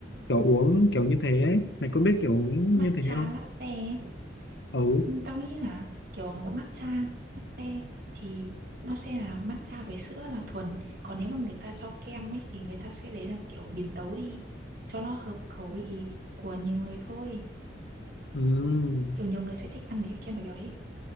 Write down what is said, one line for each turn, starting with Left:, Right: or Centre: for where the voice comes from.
Left: kiểu uống kiểu như thế ấy mày có biết kiểu uống
Right: matcha
Left: như thế không
Right: latte
Left: ừ
Right: Ừ, Tao nghĩ là kiểu matcha, latte thì nó sẽ là matcha với sữa là thuần. Còn nếu mà người ta cho kem ấy thì người ta sẽ đấy là kiểu biến tấu đi cho nó hợp khẩu vị của nhiều người thôi.
Left: ừ
Right: Kiểu nhiều người sẽ thích ăn với cái kem béo béo đấy.